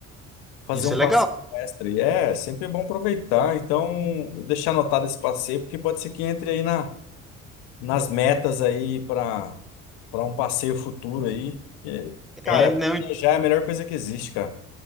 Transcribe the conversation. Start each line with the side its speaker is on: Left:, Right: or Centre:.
Left: fazer
Centre: isso
Left: um
Centre: é legal.
Left: passeio extra. E é sempre é bom aproveitar. Então, eu deixar anotado esse passeio, porque pode ser que entre aí na, nas metas aí pra para um passeio futuro aí. E, cara,
Centre: É, não,
Left: viajar é a melhor coisa que existe, cara.